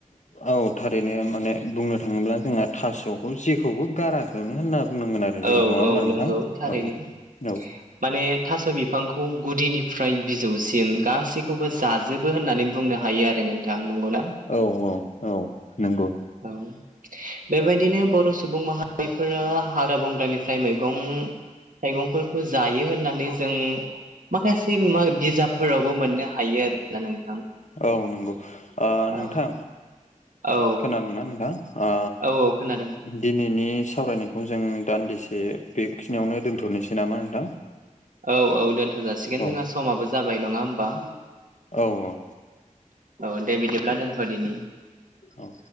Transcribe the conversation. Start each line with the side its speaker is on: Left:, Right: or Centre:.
Left: औ थारैनो माने बुंनो थाङोब्ला जोंहा थास'खौ जेखौबो गाराखैनो होनना बुंनांगोन आरो
Right: औ
Left: जोङो नङा होमबा
Right: औ
Left: नोंथां
Right: नंगौ थारैनो
Left: औ औ
Right: माने थास' बिफांखौ गुदिनिफ्राय बिजौसिम गासैखौबो जाजोब जोबो होननानै बुंनो हायो आरो नोंथां नोंगौना?
Left: औ औ औ नंगौ।
Right: औ बेबायदिनो बर' सुबुं माहा जायफोरा हाग्रा बंग्रानिफ्राय मैगं- थाइगंफोरखौ जायो होननानै जों माखासे बिजाबफोरावबो मोननो हायो आरो नोंथां।
Left: औ नंगौ
Right: औ
Left: नोंथां
Right: औ
Left: खोनादों ना नोंथां? आ।
Right: औ औ खोनादों
Left: दिनैनि सावरायनायखौ जों दान्दिसे बेखिनियावनो दोन्थ'नोसै नामा नोंथां?
Right: औ औ दोनथ' जासिगोन
Left: औ
Right: जोंहा समाबो जाबाय नङा होमबा?
Left: औ औ
Right: औ दे बिदिब्ला दोनथ' दिनि
Left: औ।